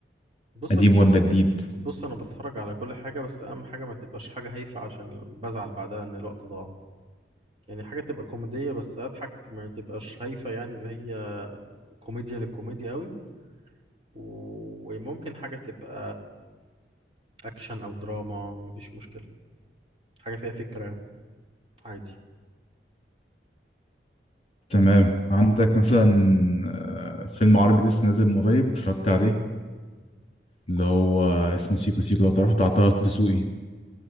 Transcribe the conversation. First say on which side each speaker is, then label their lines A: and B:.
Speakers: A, on the right (about 35°); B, on the left (about 35°).
A: بص
B: قديم ولا جديد
A: بص انا بتفرج على كل حاجه بس اهم حاجه ما تبقاش حاجه هايفه عشان بزعل بعدها ان الوقت ضاع يعني حاجه تبقى كوميديه بس اضحك ما تبقاش هايفه يعني اللي هي كوميديا للكوميديا قوي و- وممكن حاجه تبقى اكشن او دراما مفيش مشكله حاجه فيها فكره عادي
B: تمام عندك مثلا آه، فيلم عربي لسه نازل من قريب اتفرجت عليه اللي هو اسمه سيكو سيكو لو تعرفه بتاع طه دسوقي